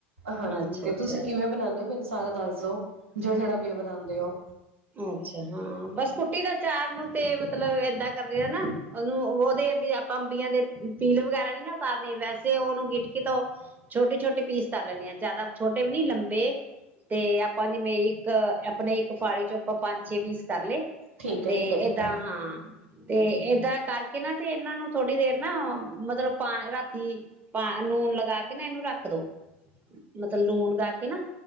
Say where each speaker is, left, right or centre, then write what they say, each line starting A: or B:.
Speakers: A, on the right; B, on the right.
A: ਹਾਂਜੀ
B: ਅੱਛਾ
A: ਤੇ
B: ਅੱਛਾ
A: ਤੁਸੀਂ ਕਿਵੇਂ ਬਣਾਉਦੇ ਹੋ ਮੈਨੂੰ ਸਾਰਾ ਦੱਸ ਦੋ- ਜਿਹੜਾ-ਜਿਹੜਾ ਵੀ ਇਹ ਬਣਾਦੇ ਔ
B: ਅੱਛਾ ਹਾਂ ਬਸ ਕੁੱਟੀ ਦਾ ਚਾਰ ਨੂੰ ਤੇ ਮਤਲਬ ਏਦਾਂ ਕਰ ਰੇ ਆ ਨਾ ਉਹਨੂੰ ਉਹਦੇ ਵੀ ਆਪਾਂ ਅੰਬੀਆਂ ਦੇ ਪੀਲ ਵਗੈਰਾ ਨੀ ਨਾ ਉਤਾਰਨ ਵੈਸੇ ਉਹਨੂੰ ਗਿਟਕੀ ਤੋਂ ਛੋਟੇ-ਛੋਟੇ ਪੀਸ, ਕਰ ਲੈਂਣੇ ਹਾਂ ਜਿਆਦਾ ਛੋਟੇ ਵੀ ਨੀ ਲੰਬੇ ਤੇ ਆਪ- ਆਪਾਂ ਵੀ ਨਹੀਂ ਇੱਕ <unintelligible> ਆਪਾਂ ਪੰਜ ਛੇ ਪੀਸ ਕਰ ਲਏ
A: ਠੀਕ ਹੈ
B: ਤੇ
A: ਠੀਕ ਹੈ ਠੀਕ
B: ਏਦਾਂ
A: ਹੈ
B: ਹਾਂ ਤੇ ਏਦਾ ਕਰ ਇਹਨਾਂ ਤੇ ਇਹਨਾਂ ਨੂੰ, ਥੋੜ੍ਹੀ ਦੇਰ ਨਾ ਮਤਲਬ ਪਾ ਰਾਤੀ, ਪਾ ਨੂਨ ਲੱ ਗਾ ਕੇ ਨਾ ਇਹਨੂੰ ਰੱਖ ਦੋ ਮਤਲਬ ਲੂਣ ਗਾ ਕੇ ਨਾ